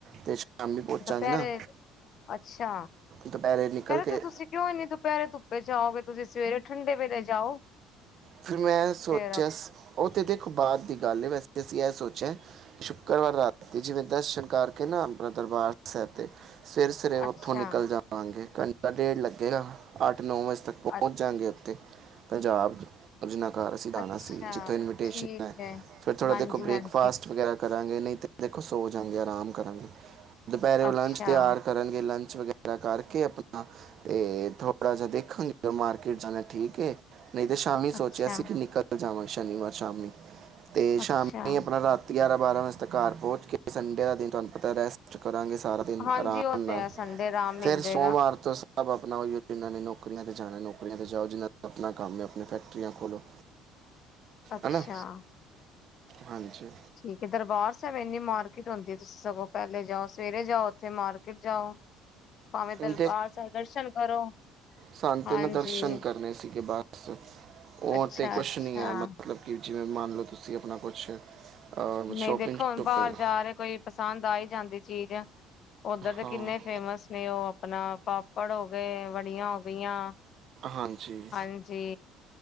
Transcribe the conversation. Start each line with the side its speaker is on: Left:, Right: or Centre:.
Right: ਤੇ ਸ਼ਾਮੀ ਪਹੁੰਚਾ
Left: ਦੁਪਹਿਰੇ
Right: ਗੇ ਨਾ,
Left: ਅੱਛਾ
Right: ਦੁਪਹਿਰੇ ਨਿਕਲ ਕੇ
Left: ਤੇ ਤੁਸੀਂ ਕਿਉਂ ਏਨੀ, ਦੁਪਹਿਰੇ ਧੁੱਪੇ ਜਾਓਗੇ, ਤੁਸੀਂ ਸਵੇਰੇ ਠੰਡੇ ਵੇਲੇ ਜਾਓ।
Right: ਫਿਰ ਮੈਂ ਸੋਚਿਆ
Left: ਤੇ
Right: ਉਹ ਤੇ ਦੇਖੋ ਬਾਅਦ ਦੀ ਗੱਲ ਹੈ, ਵੈਸੇ ਅਸੀਂ ਇਹ ਸੋਚਿਆ? ਸ਼ੁੱਕਰਵਾਰ ਰਾਤੀ, ਜਿਵੇਂ ਦਰਸ਼ਨ ਕਰਕੇ ਨਾ, ਦਰਬਾਰ ਸਾਹਿਬ ਦੇ ਸਵੇਰ- ਸਵੇਰੇ
Left: ਅੱਛਾ
Right: ਉੱਥੋਂ ਨਿਕਲ ਜਾਵਾਂਗੇ, ਘੰਟਾ ਡੇਢ, ਲੱਗੇਗਾ ਅੱਠ ਨੌ ਵਜੇ ਤੱਕ,
Left: ਅ
Right: ਪਹੁੰਚ ਜਾਂਗੇ ਤੇ ਪੰਜਾਬ ਜਿਨ੍ਹਾਂ ਘਰ ਅਸੀਂ ਜਾਣਾ
Left: ਅੱਛਾ
Right: ਸੀ। ਜਿੱਥੋਂ ਇਨਵੀਟੇਸ਼ਨ
Left: ਠੀਕ
Right: ਹੈ, ਫਿਰ ਥੋੜਾ
Left: ਹਾਂਜੀ
Right: ਦੇਖੋ ਬ੍ਰੇਕਫਾਸਟ
Left: ਹਾਂਜੀ
Right: ਵਗੈਰਾ ਕਰਾਂਗੇ ਨਹੀਂ ਤੇ ਦੇਖੋ, ਸੋ ਜਾਂਗੇ ਆਰਾਮ ਕਰਾਂਗੇ। ਦੁਪਹਿਰੇ ਉਹ
Left: ਅੱਛਾ
Right: ਲੰਚ, ਤਿਆਰ ਕਰਨਗੇ ਲੰਚ ਵਗੈਰਾ ਪਤਾ ਕਰਕੇ ਆਪਣਾ ਤੇ ਥੋੜ੍ਹਾ ਜਿਹਾ ਦੇਖਾਂਗੇ, ਮਾਰਕੀਟ ਜਾਣਾ ਠੀਕ ਏ, ਨਹੀਂ ਤਾਂ ਸ਼ਾਮੀ ਸੋਚਿਆ
Left: ਅੱਛਾ
Right: ਸੀ, ਨਿਕਲ ਜਾਵਾਂਗੇ ਸ਼ਨੀਵਾਰ ਸ਼ਾਮੀ, ਤੇ ਸ਼ਾਮੀ
Left: ਅੱਛਾ
Right: ਆਪਣਾ ਰਾਤ ਗਿਆਰਾਂ -ਬਾਰਾਂ ਵਜੇ ਤੱਕ ਘਰ ਪਹੁੰਚ ਕੇ, ਸੰਡੇ ਦਾ ਦਿਨ ਤੁਹਾਨੂੰ ਪਤਾ ਰੇਸਟ ਕਰਾਂਗੇ ਸਾਰਾ ਦਿਨ
Left: ਹਾਂਜੀ
Right: ਆਰਾਮ
Left: ਉਹ
Right: ਨਾਲ,,
Left: ਤੇ ਹੈ ਸੰਡੇ ਆਰਾਮ
Right: ਫੇਰ
Left: ਮਿਲ ਜਾਏਗਾ
Right: ਸੋਮਵਾਰ ਤੋਂ ਸਭ ਆਪਣਾ ਹੋਈਉ, ਜਿਨ੍ਹਾਂ ਨੇ ਨੌਕਰੀਆਂ ਤੇ ਜਾਣਾ ਨੌਕਰੀਆਂ ਤੇ ਜਾਓ, ਜਿਨ੍ਹਾਂ ਦਾ ਆਪਣਾ ਕੰਮ ਏ ਫੈਕਟਰੀਆਂ, ਖੋਲੋ
Left: ਅੱਛਾ
Right: ਹਨਾ, ਹਾਂਜੀ
Left: ਠੀਕ ਏ, ਦਰਬਾਰ ਸਾਹਿਬ ਏਨੀ ਮਾਰਕੀਟ ਹੁੰਦੀ ਏ। ਤੁਸੀਂ ਸਗੋਂ ਪਹਿਲੇ ਜਾਓ ਸਵੇਰੇ ਜਾਓ, ਉੱਥੇ ਮਾਰਕੀਟ ਜਾਓ ਭਾਵੇਂ
Right: ਹੁਣ
Left: ਦਰਬਾਰ ਸਾਹਿਬ, ਦਰਸ਼ਨ ਕਰੋ।
Right: ਸ਼ਾਂਤੀ
Left: ਹਾਂਜੀ
Right: ਨਾਲ ਦਰਸ਼ਨ ਕਰਨੇ ਸੀਗੇ, ਬਸ ਉਹ
Left: ਅੱਛਾ
Right: ਤਾਂ ਕੁਛ
Left: ਅੱਛਾ
Right: ਨਹੀਂ ਹੈ ਮਤਲਬ ਕਿ ਜਿਵੇਂ ਮੰਨ ਲਓ, ਤੁਸੀਂ ਆਪਣਾ ਕੁਛ
Left: ਨਹੀਂ
Right: ਸ਼ਾਪਿੰਗ
Left: ਦੇਖੋ, ਹੁਣ
Right: ਸ਼ਾਪਿੰਗ
Left: ਬਾਹਰ ਜਾ ਰਹੇ ਕੋਈ ਪਸੰਦ, ਆ ਈ ਜਾਂਦੀ ਚੀਜ਼ ਉਧਰ, ਦੇ
Right: ਹਾਂ
Left: ਕਿੰਨੇ ਫੇਮਸ? ਉਹ ਆਪਣਾ, ਪਾਪੜ ਹੋ, ਗਏ ਵੜੀਆਂ ਹੋ, ਗਈਆਂ।
Right: ਹਾਂਜੀ।
Left: ਹਾਂਜੀ